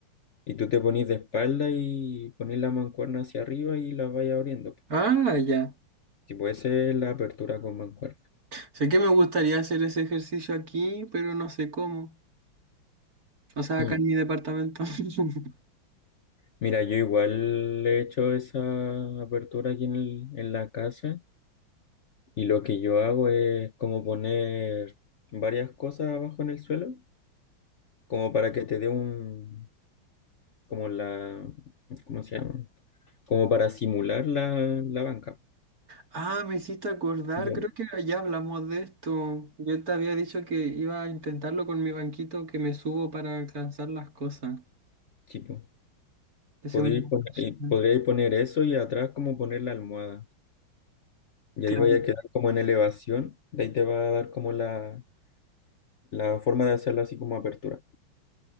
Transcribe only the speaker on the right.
Ah, ya.
Sé que me gustaría hacer ese ejercicio aquí, pero no sé cómo. O sea, acá
en mi departamento. <laughs>
Ah, me hiciste acordar,
creo que ya hablamos de esto. Yo te había dicho que iba a intentarlo con mi banquito que me subo para alcanzar las cosas.
Esa
es una
opción.
Claro.